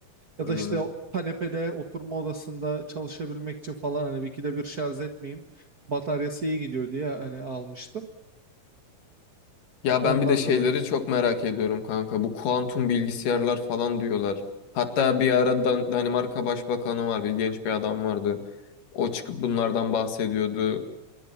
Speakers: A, on the right (about 45°); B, on the left (about 75°).
A: ya
B: Hmm.
A: da işte o kanepede oturma odasında çalışabilmek için falan hani bir ikide bir şarj etmeyeyim. Bataryası iyi gidiyor diye hani almıştım.
B: Ya
A: Ondan
B: ben bir de şeyleri
A: dolayı.
B: çok merak ediyorum kanka. Bu kuantum bilgisayarlar falan diyorlar. Hatta bir ara Dan- Danimarka Başbakanı var, bir genç bir adam vardı. O çıkıp bunlardan bahsediyordu.